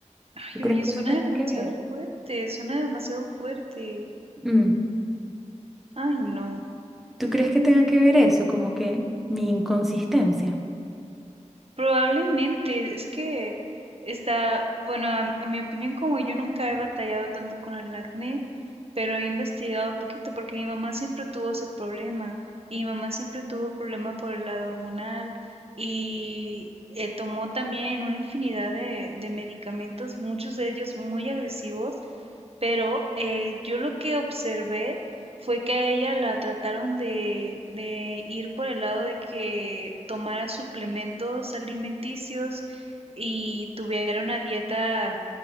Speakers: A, on the right; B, in the centre.
A: Ay,
B: ¿Tú crees
A: oye,
B: que
A: suena
B: eso tenga
A: demasiado
B: que ver?
A: fuerte, suena demasiado fuerte.
B: Mm.
A: Ay, no.
B: ¿Tú crees que tenga que ver eso? Como que mi inconsistencia.
A: Probablemente, es que está, bueno, a, a mi opinión, como yo nunca he batallado tanto con el acné, pero he investigado poquito porque mi mamá siempre tuvo ese problema y mi mamá siempre tuvo problema por el lado hormonal y eh, tomó también una infinidad de, de medicamentos, muchos de ellos muy agresivos pero eh, yo lo que observé fue que a ella la trataron de, de ir por el lado de que tomara suplementos alimenticios y tuviera una dieta